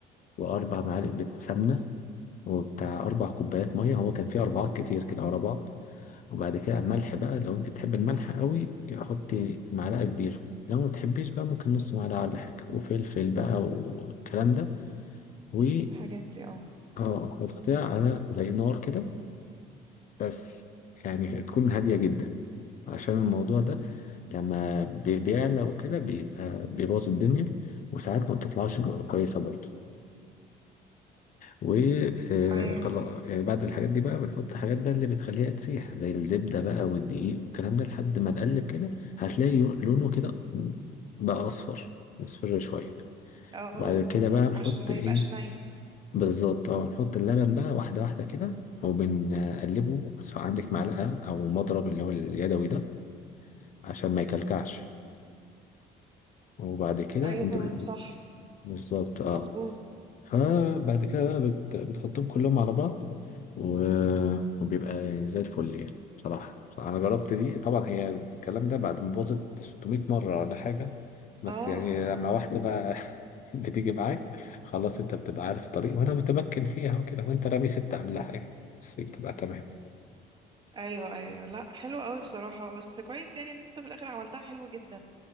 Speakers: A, on the left (about 50°); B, on the right (about 30°).
A: واربع معالق بت- سمنه وبتاع اربع كوبايات ميه هو كان فيه اربعات كتير كده ورا بعض وبعد كده ملح بقى لو انت بتحب الملح قوي حطي معلقة كبيرة لو ما بتحبيش بقى ممكن نص معلقة ولا حاجة وفلفل بقى والكلام ده و
B: الحاجات دي اه
A: اه هتحطيها على زي نار كده بس يعني تكون هادية جدا عشان الموضوع ده لما بي- بيعلى وكده بيبقى بيبوظ الدنيا وساعات ما بتطلعش كويسة برضه وخلاص
B: ايوه
A: يعني بعد الحاجات دي بقى بنحط حاجات بقى اللي بتخليها تسيح زي الزبدة بقى والدقيق والكلام ده لحد ما نقلب كده هتلاقي يو- لونه كده بقى أصفر مصفر شوية
B: اه
A: وبعد كده بقى نحط
B: عشان ما
A: إيه
B: يبقاش ني
A: بالظبط اه نحط اللبن بقى واحدة واحدة كده وبنقلبه سواء عندك معلقة أو مضرب اللي هو اليدوي ده عشان ما يكلكعش وبعد كده
B: ايوه
A: انت بت-
B: صح
A: بالظبط اه
B: مظبوط
A: فبعد كده بقى بت... بتحطهم كلهم على بعض و- وبيبقى يعني زي الفل يعني بصراحة أنا جربت دي طبعا هي الكلام ده بعد ما باظت 600 مرة ولا حاجة بس
B: اه
A: يعني لما واحدة بقى <laughs> بتيجي معاك خلاص أنت بتبقى عارف الطريق وأنا متمكن فيها وكده وأنت رامي ستة قبلها يعني بس بتبقى تمام
B: ايوه ايوه لا حلو قوي بصراحه بس كويس يعني ان انت في الاخر عملتها حلو جدا